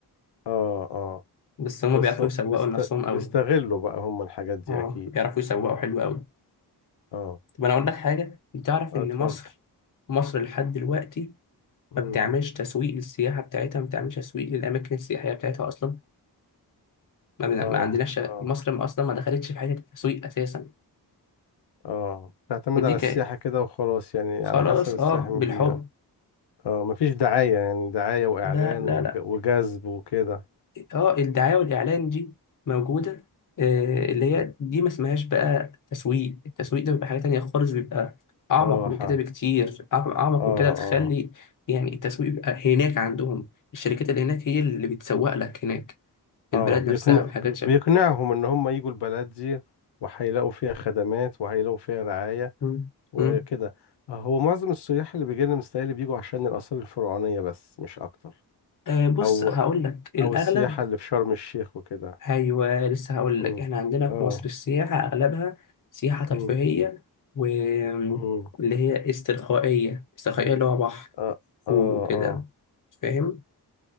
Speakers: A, on the left; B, on the left.
A: اه اه
B: بس هما
A: بس
B: بيعرفوا
A: هو-
B: يسوقوا
A: بيست...
B: لنفسهم قوي
A: بيستغلوا بقى هم الحاجات دي
B: اه
A: اكيد
B: بيعرفوا يسوقوا حلو قوي
A: اه
B: طب انا اقول لك حاجة بتعرف
A: آه،
B: ان
A: اتفضل
B: مصر مصر لحد دلوقتي
A: مم.
B: ما بتعملش تسويق للسياحة بتاعتها ما بتعملش تسويق للأماكن السياحية بتاعتها أصلا ما, بن-
A: اه
B: ما عندناش شغ-
A: اه
B: مصر ما أصلا ما دخلتش في حتة التسويق أساسا
A: اه تعتمد
B: ودي
A: على
B: ك...
A: السياحة كده وخلاص يعني
B: خلاص
A: على حسب السائح
B: اه
A: مين
B: بالحب
A: بيجي اه مفيش دعاية يعني دعاية وإعلان
B: لا لا
A: وج-
B: لا
A: وجذب وكده
B: اه الدعاية والإعلان دي موجودة آه، اللي هي دي ما اسمهاش بقى تسويق التسويق ده بيبقى حاجة تانية خالص بيبقى أعمق
A: اه
B: من
A: ح-
B: كده
A: اه
B: بكتير أعم- أعمق
A: اه
B: من كده بتخلي يعني التسويق بيبقى هناك عندهم الشركات اللي هناك هي اللي بتسوق لك هناك في
A: اه
B: البلاد
A: بيقنع
B: نفسها وحاجات
A: ب-
B: شبه
A: بيقنعهم إن هم يجوا البلد دي وهيلاقوا فيها خدمات وهيلاقوا فيها رعاية
B: مم.
A: وكده
B: مم.
A: آه، هو معظم السياح اللي بيجي لنا مستاهل بيجوا عشان الآثار الفرعونية بس مش أكتر
B: آه، بص
A: أو
B: هقول لك الأغلب
A: أو السياحة اللي في شرم الشيخ وكده
B: أيوه لسه هقول
A: مم.
B: لك إحنا عندنا
A: اه
B: في مصر السياحة أغلبها سياحة ترفيهية
A: مم.
B: واللي
A: مم.
B: هي استرخائية استرخائية اللي هو بحر
A: اه اه
B: وكده
A: اه
B: فاهم